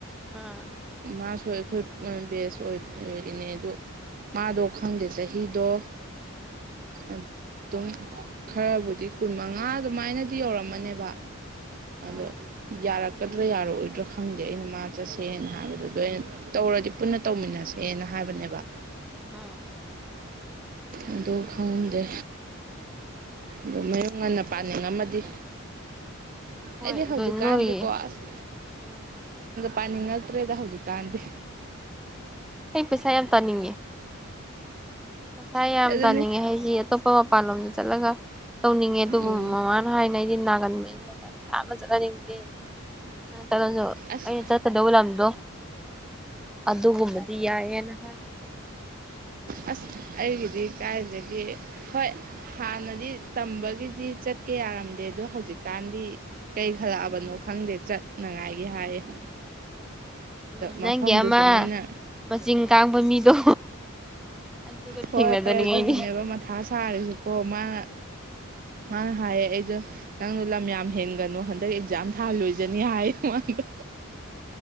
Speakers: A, in the centre; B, on the right.
A: ꯑꯥ
B: ꯃꯥꯁꯨ ꯑꯩꯈꯣꯏ ꯑꯣꯢꯔꯝ ꯕꯦꯁ ꯑꯣꯏ ꯑꯣꯏꯔꯤꯅꯦ ꯑꯗꯨ ꯃꯥꯗꯣ ꯈꯪꯗꯦ ꯆꯍꯤꯗꯣ ꯑꯗꯨꯝ ꯈꯔꯕꯨꯗꯤ ꯀꯨꯟꯃꯉꯥ ꯑꯗꯨꯃꯥꯏꯅꯗꯤ ꯌꯧꯔꯝꯃꯅꯦꯕ ꯑꯗꯣ
A: ꯑꯥ
B: ꯌꯥꯔꯛꯀꯗ꯭ꯔꯥ ꯌꯥꯔꯑꯣꯏꯗ꯭ꯔꯣ ꯈꯪꯗꯦ ꯑꯩꯅ ꯃꯥ ꯆꯠꯁꯦꯅ ꯍꯥꯏꯕꯗꯣ ꯑꯗꯣ ꯑꯩꯅ ꯇꯧꯔꯗꯤ ꯄꯨꯟꯅ ꯇꯧꯃꯤꯟꯅꯁꯦꯅ ꯍꯥꯏꯕꯅꯦꯕ
A: ꯎꯝ
B: ꯑꯗꯨ ꯈꯪꯗꯦ ꯗꯨ ꯃꯌꯨꯝ
A: ꯑꯥ
B: ꯉꯟꯅ ꯄꯥꯅꯤꯡꯉꯝꯃꯗꯤ
A: ꯍꯣꯏ
B: ꯑꯩꯗꯤ
A: ꯑꯗꯨ
B: ꯍꯧꯖꯤꯛꯀꯥꯟꯗꯤꯀꯣ
A: ꯅꯣꯏ
B: ꯑꯁ
A: ꯎꯝ
B: ꯄꯥꯟꯅꯤꯡꯉꯛꯇ꯭ꯔꯦꯗ ꯍꯧꯖꯤꯛꯀꯥꯟꯗꯤ
A: ꯑꯩ ꯄꯩꯁꯥ ꯌꯥꯝ ꯇꯥꯟꯅꯤꯡꯉꯦ ꯄꯩꯁꯥ ꯌꯥꯝ
B: ꯑꯗꯨꯅꯤ
A: ꯇꯥꯟꯅꯤꯡꯉꯦ ꯍꯥꯏꯗꯤ ꯑꯇꯣꯞꯄ ꯃꯄꯥꯟꯂꯣꯝꯗ ꯆꯠꯂꯒ ꯇꯧꯅꯤꯡꯉꯦ ꯑꯗꯨꯕꯨ
B: ꯎꯝ
A: ꯃꯃꯥꯅ ꯍꯥꯏꯅ ꯑꯩꯗꯤ ꯅꯥꯒꯟꯕꯅꯤꯅ ꯌꯥꯝ ꯂꯥꯞꯅ ꯆꯠꯍꯟꯅꯤꯡꯗꯦ ꯆꯠꯂꯁꯨ
B: ꯑꯁ
A: ꯑꯩꯅ ꯆꯠꯀꯗꯧꯕ ꯂꯝꯗꯣ ꯑꯗꯨꯒꯨꯝꯕꯗꯤ ꯌꯥꯏꯌꯦꯅ ꯍꯥꯏ
B: ꯑꯁ ꯑꯩꯒꯤꯗꯤ ꯀꯥꯏꯗꯒꯤ ꯍꯣꯏ ꯍꯥꯟꯅꯗꯤ ꯇꯝꯕꯒꯤꯗꯤ ꯆꯠꯀꯦ ꯌꯥꯔꯝ ꯗꯦꯗꯣ ꯍꯧꯖꯤꯛꯀꯥꯟꯗꯤ ꯀꯩ ꯈꯜꯂꯛꯑꯕꯅꯣ ꯈꯪꯗꯦ ꯆꯠꯅꯉꯥꯏꯒꯤ ꯍꯥꯏꯌꯦ <unintelligible>
A: ꯎꯝ
B: ꯃꯐꯝꯗꯨꯁꯨ
A: ꯅꯪꯒꯤ ꯑꯃ
B: ꯃꯣꯏꯅ
A: ꯃꯆꯤꯟ ꯀꯥꯡꯕ ꯃꯤꯗꯣ ꯑꯗꯨꯒ
B: ꯍꯣꯏ
A: ꯊꯦꯡꯅꯗꯅꯤꯡꯉꯥꯏꯅꯤ
B: ꯑꯗꯨꯗꯨꯅꯦꯕ ꯃꯊꯥ ꯁꯥꯔꯤꯁꯤꯀꯣ ꯃꯥꯅ ꯃꯥꯅ ꯍꯥꯏꯌꯦ ꯑꯩꯗꯣ ꯅꯪꯗꯣ ꯂꯝ ꯌꯥꯝ ꯍꯦꯟꯒꯅꯨ ꯍꯟꯗꯛ ꯑꯦꯛꯖꯥꯝ ꯊꯥꯍꯜꯂꯣꯏꯖꯅꯤ ꯍꯥꯏꯌꯦ ꯃꯥꯗꯣ